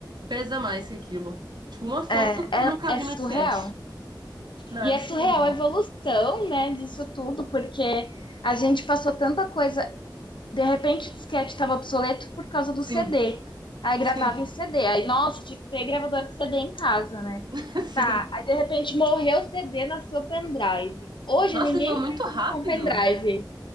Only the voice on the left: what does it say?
É,
é,
é surreal.
E
é surreal a evolução, né, disso tudo, porque a gente passou tanta coisa. De repente o disquete estava obsoleto por causa do
CD. Aí gravava
em CD. Aí, nossa, tinha que ter gravador de CD em casa, né?
Tá, aí de repente morreu o CD, nasceu o pendrive. Hoje
ninguém
mais
anda com pendrive.